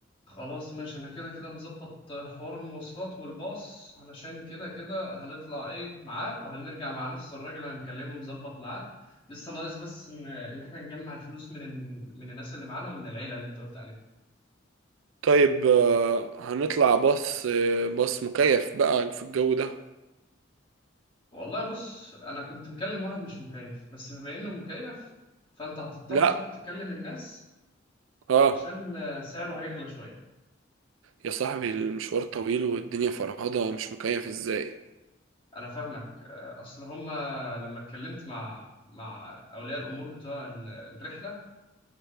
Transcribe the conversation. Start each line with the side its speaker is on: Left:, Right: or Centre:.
Left: خلاص ماشي انا كده كده مظبط حوار المواصلات والباص علشان كده كده هنطلع ايه معاه وهنرجع مع نفس الراجل اللي هنكلمه مظبط معاه لسه ناقص بس ان ان احنا نجمع الفلوس من ال- من الناس اللي معانا ومن العيله اللي انت قلت عليها
Right: طيب آه، هنطلع باص آه، باص مكيف بقى في الجو ده
Left: والله بص انا كنت مكلم واحد مش مكيف بس بما انه مكيف فانت هتضطر
Right: لا
Left: تروح تكلم الناس
Right: اه
Left: علشان سعره هيغلى شويه
Right: يا صاحبي المشوار طويل والدنيا فرهضة مش مكيف ازاي
Left: انا فاهمك آه، اصل هما لما اتكلمت مع مع اولياء الامور بتوع ال- الرحله